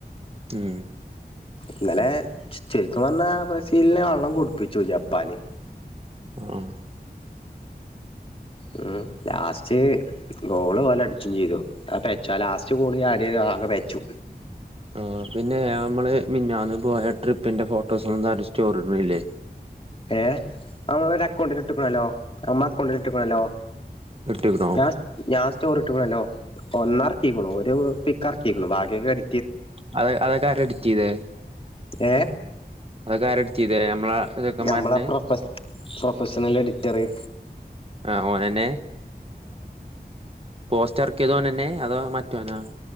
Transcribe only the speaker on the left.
ഇന്നലെ ശരിക്കും പറഞ്ഞാ ബ്രസീലിനെ വെള്ളം കുടിപ്പിച്ചു ജപ്പാന്
ഉം ലാസ്റ്റ് ഗോള് ഓല് അടിച്ചും ചെയ്തു അ പച്ചോ ലാസ്റ്റ് ഗോള് <unintelligible> ആകെ വച്ചു
ഏഹ് നമ്മളൊ ഒരു അക്കൗണ്ടിൽ ഇട്ട്ക്കണല്ലോ നമ്മളെ അക്കൗണ്ടിൽ ഇട്ട്ക്കണല്ലോ
ഞ ഞാൻ സ്റ്റോറി <unintelligible> ഒന്നറക്കിക്ക്ണ് ഒരു പിക്ക്റക്ക്യാണ് ബാക്കിയൊക്കെ എട്
ഏ
നമ്മളെ പ്രൊഫ പ്രൊഫഷണൽ എഡിറ്ററ്